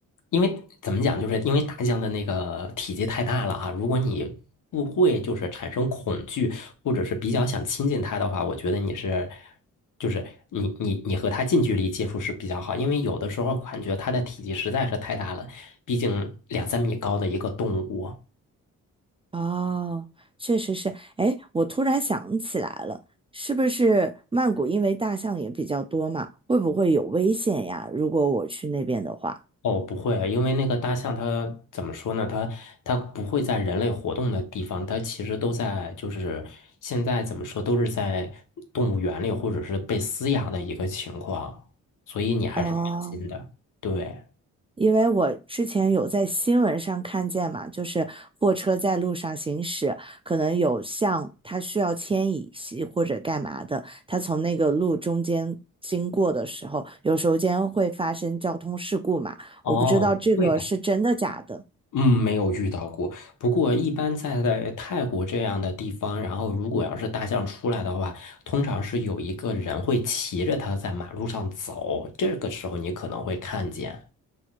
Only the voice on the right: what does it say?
哦，确实是。哎，我突然想起来了，是不是曼谷因为大象也比较多嘛，会不会有危险呀？如果我去那边的话，
哦，
因为我之前有在新闻上看见嘛，就是货车在路上行驶，可能有象它需要牵引系或者干嘛的，它从那个路中间经过的时候，有时候间会发生交通事故嘛。
我不知道这个是真的假的。